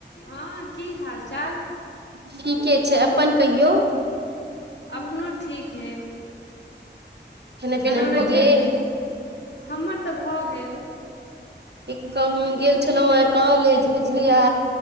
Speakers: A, on the left (about 70°); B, on the right (about 60°).
A: हाँ की हाल चाल
B: ठीके छै अपन कहियौ
A: अपनो ठीक है
B: खेनाइ पिनाइ
A: खाना उना
B: भऽ गेल
A: खेल हमर तऽ भऽ गेल
B: एक कहु गेल छलौं हे कॉलेज बुझ बुझलियै